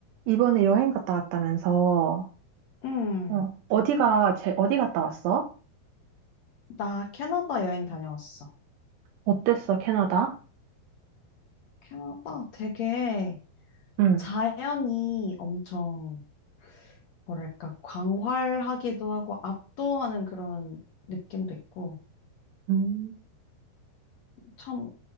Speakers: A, on the right; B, on the left.
A: 이번에 여행 갔다 왔다면서,
B: 응,
A: 어, 어디가, 제, 어디 갔다 왔어?
B: 나 캐나다 여행 다녀왔어.
A: 어땠어, 캐나다?
B: 캐나다 되게
A: 응.
B: 자연이 엄청, 뭐랄까, 광활하기도 하고 압도하는 그런 느낌도 있고,
A: 음,
B: 참